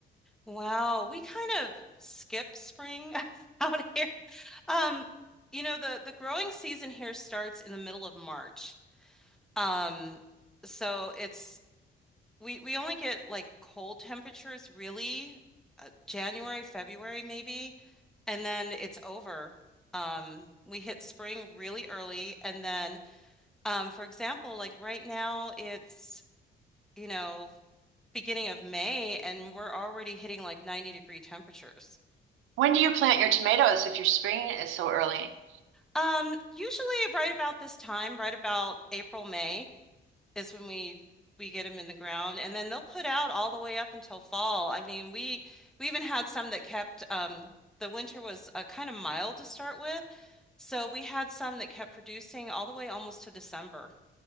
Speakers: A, in the centre; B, on the right.
A: Wow, we kind of skip spring <laughs> out here. Um, you know, the the growing season here starts in the middle of March. Um, so it's We we only get like cold temperatures really uh, January, February maybe, and then it's over. Um, we hit spring really early, and then um, for example, like right now it's, you know, beginning of May and we're already hitting like 90 degree temperatures.
B: When do you plant your tomatoes if your spring is so early?
A: Um, usually right about this time, right about April, May, is when we we get them in the ground and then they'll put out all the way up until fall. I mean, we we even had some that kept um the winter was uh, kind of mild to start with, so we had some that kept producing all the way almost to December.